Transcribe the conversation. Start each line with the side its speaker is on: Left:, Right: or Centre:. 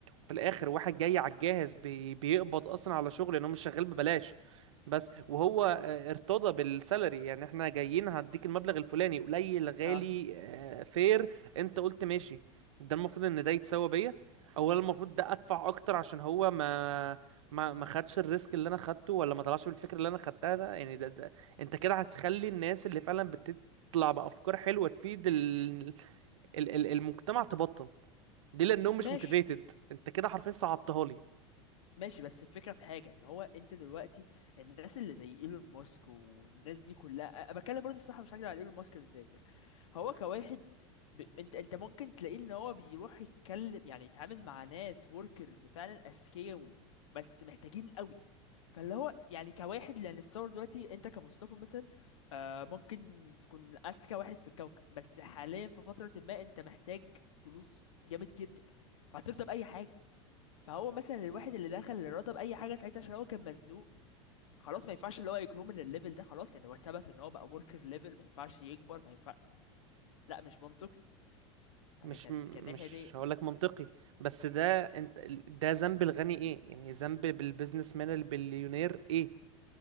Right: في الاخر واحد جاي على الجاهز بي... بيقبض اصلا على شغل لان هو مش شغال ببلاش بس وهو آه، ارتضى بالسالري يعني احنا جايين هديك المبلغ الفلاني قليل غالي
Left: اه
Right: آه، فير انت قلت ماشي ده المفروض ان ده يتساوى بيا اولا المفروض ده ادفع اكتر عشان هو ما ما ما خدش الريسك اللي انا خدته ولا ما طلعش بالفكره اللي انا خدتها ده يعني ده, ده انت كده هتخلي الناس اللي فعلا بتطلع بافكار حلوه تفيد ال... ال... ال- المجتمع تبطل دي لانهم مش
Left: ماشي
Right: موتيفيتد انت كده حرفيا صعبتها لي
Left: ماشي بس الفكرة في حاجة ان هو انت دلوقتي الناس اللي زي ايلون ماسك والناس دي كلها أ- بتكلم برضه الصراحة مش هكدب على ايلون ماسك بالذات يعني هو كواحد ب... انت انت ممكن تلاقيه ان هو بيروح يتكلم يعني يتعامل مع ناس وركرز فعلا اذكياء و... بس محتاجين قوي فاللي هو يعني كواحد لان تصور دلوقتي انت كمصطفى مثلا آه ممكن تكون اذكى واحد في الكوكب بس حاليا في فترة ما انت محتاج فلوس جامد جدا فهترضى بأي حاجة فهو مثلا الواحد اللي دخل الرياضه باي حاجه ساعتها عشان هو كان مزنوق خلاص ما ينفعش اللي هو يجرو من الليفل ده خلاص يعني هو ثبت ان هو بقى وركر ليفل ما ينفعش يكبر ما ينفع لا مش منطقي يعني
Right: مش
Left: كان
Right: مش
Left: كان ناحيه دي
Right: هقولك منطقي بس ده انت ده ذنب الغني ايه يعني ذنب بالبيزنس مان البليونير ايه